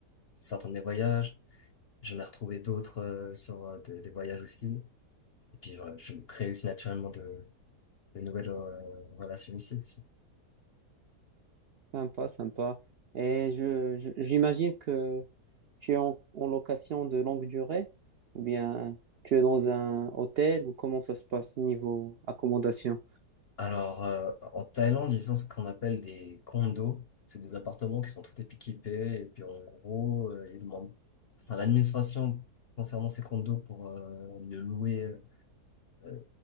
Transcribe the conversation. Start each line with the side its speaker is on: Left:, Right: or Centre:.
Left: certains de mes voyages. J'en ai retrouvé d'autres euh, sur euh, des, des voyages aussi. Et puis, je, je me crée aussi naturellement de les nouvelles euh, relations ici aussi.
Right: Sympa, sympa. Et je, je- j'imagine que tu es en, en location de longue durée ou bien tu es dans un hôtel ou comment ça se passe niveau accommodation?
Left: Alors, euh, en Thaïlande, ils ont ce qu'on appelle des condos. C'est des appartements qui sont tout équipés. Et puis, en gros, euh, ils demandent... Enfin, l'administration concernant ces condos pour euh, le louer, euh,